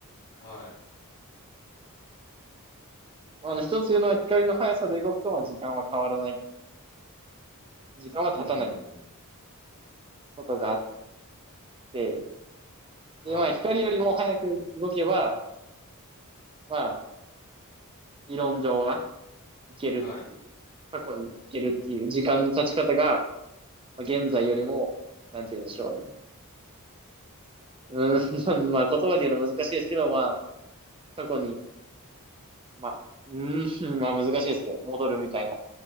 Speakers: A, on the left (about 40°); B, on the right (about 25°).
A: は
B: まあの、一つ言うのは光の速さで動くと、まあ、時間は変わらない。時間は経たない
A: い。うんうんうん。
B: ことがあって、
A: はい。
B: で、まあ、光よりも早く動けば、まあ、理論上はいけるっていう、
A: はい。
B: 過去にいけるっていう時間の経ち方が、まあ、現在よりも、なんて言うんでしょうね。うーん、<laughs> まあ言葉で言うの難しいですけど、まあ過去に、まあ、うーん、まあ難しいですけど、戻るみたいな、